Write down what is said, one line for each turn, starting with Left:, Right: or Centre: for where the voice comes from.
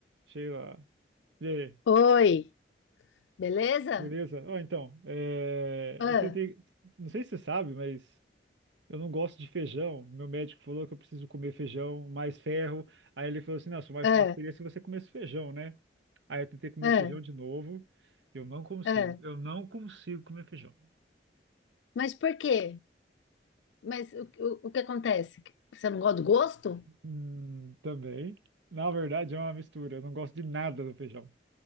Right: Sheila. E aí,
Left: Oi, beleza?
Right: beleza? Ó, então, é,
Left: Ah,
Right: eu tentei. Não sei se você sabe, mas eu não gosto de feijão. Meu médico falou que eu preciso comer feijão, mais ferro. Aí ele falou assim: não, só mais
Left: ah,
Right: fácil seria se você comesse feijão, né? Aí eu tentei comer
Left: ah,
Right: feijão de novo. Eu não consigo.
Left: ah.
Right: Eu não consigo comer feijão.
Left: Mas por quê? Mas o, o, o que acontece? Você não gosta do gosto?
Right: Hum, também. Na verdade, é uma mistura. Eu não gosto de nada do feijão.